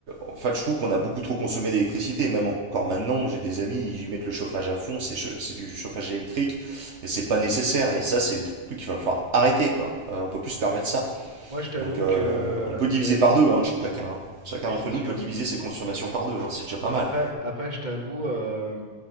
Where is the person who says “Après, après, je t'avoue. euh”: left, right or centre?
Right